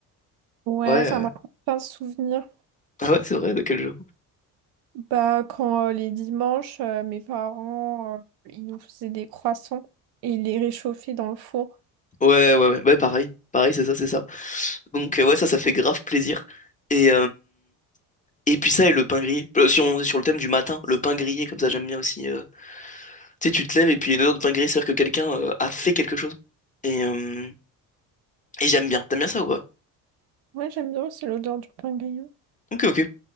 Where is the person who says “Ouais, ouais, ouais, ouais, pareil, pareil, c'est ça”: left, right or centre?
Left